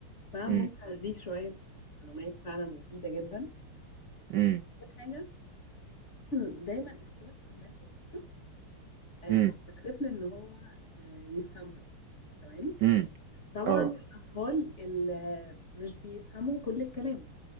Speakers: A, on the left (about 35°); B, on the right (about 65°).
A: فممكن
B: امم
A: اديك شويه معلومات فعلا مفيده جدا
B: امم
A: حاجه <clears throat> دايما اختار كلمات بسيطه آه،
B: امم
A: على الطفل ان هو آه، يفهمها تمام
B: امم
A: طبعا
B: اه
A: الاطفال اللي مش بيفهموا كل الكلام